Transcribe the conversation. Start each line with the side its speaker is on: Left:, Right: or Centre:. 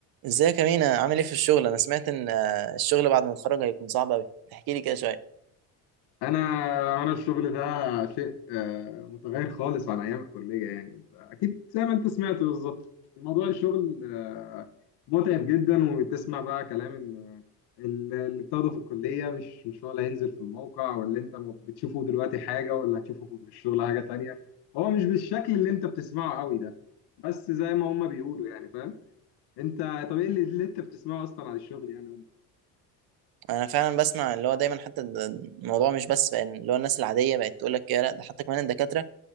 Right: ازيك يا مينا عامل ايه في الشغل انا سمعت ان آه، الشغل بعد ما اتخرج هيكون صعب قوي تحكي لي كده شويه
Left: انا انا الشغل ده شيء آه، متغير خالص عن ايام الكليه يعني انت اكيد زي ما انت سمعت بالظبط موضوع الشغل آه، متعب جدا وتسمع بقى كلام ان ال- اللي بتاخده في الكليه مش مش هو اللي هينزل في الموقع واللي انت بتشوفه دلوقتي حاجه واللي هتشوفه في الشغل حاجه تانية هو مش بالشكل اللي انت بتسمعه قوي ده بس زي ما هما بيقولوا يعني فاهم انت طب ايه اللي, اللي انت بتسمعه اصلا عن الشغل يعني
Right: انا فعلا بسمع اللي هو دايما حتى الد- الموضوع مش بس بقى إن اللي هو الناس العاديه بقت تقول لك كده لا ده حتى كمان الدكاتره